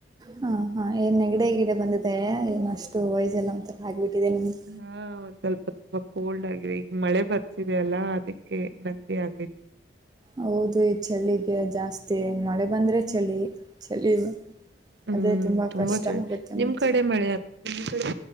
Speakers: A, on the right; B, on the right.
A: ಹಾ ಹಾ ಏನ್ ನೆಗಡಿ ಗಿಡೆ ಬಂದಿದೆ ಏನ್ ಅಷ್ಟು ವಯಸ್ಸೆಲ್ಲ ಒಂಥರ ಆಗ್ಬಿಟ್ಟಿದೆ ನಿಮ್ದು.
B: ಹಾ ಒಂದ್ ಸ್ವಲ್ಪ ತುಂಬಾ ಕೋಲ್ಡ್ ಆಗಿದೆ ಈಗ ಮಳೆ ಬರ್ತಿದೆ ಅಲ್ಲಾ ಅದಕ್ಕೆ. ನೆಗಡಿ ಆಗೆತ.
A: ಹೌದು ಈ ಚಳಿಗೆ ಜಾಸ್ತಿ ಮಳೆ ಬಂದ್ರೆ ಚಳಿ ಚಳಿ
B: ಹು
A: ಅದೇ ತುಂಬ
B: ತುಂಬಾ
A: ಕಷ್ಟ
B: ಕೇಳಿ
A: ಆಗುತ್ತೆ
B: ನಿಮ್ಮ
A: ಮತ್ತೆ
B: ಕಡೆ ಮಳೆ ನಿಮ್ಮ ಕಡೆ